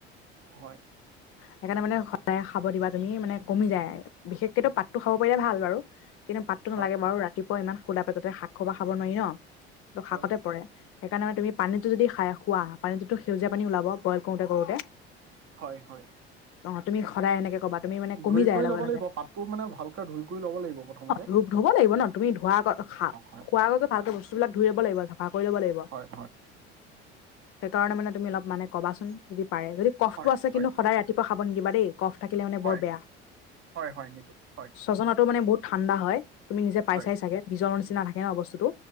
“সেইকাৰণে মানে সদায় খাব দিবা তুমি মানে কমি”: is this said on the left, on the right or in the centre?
Left